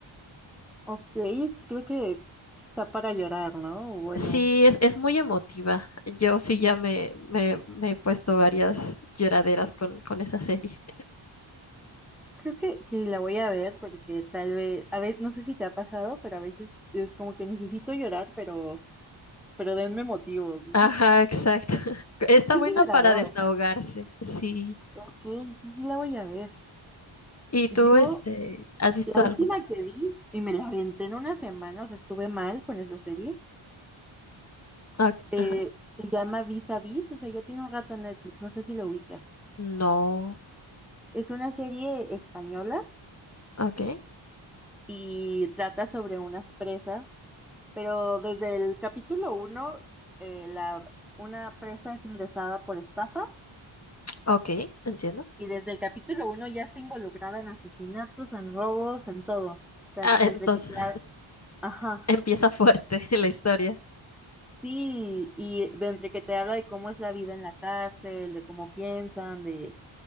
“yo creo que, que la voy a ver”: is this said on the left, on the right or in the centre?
Centre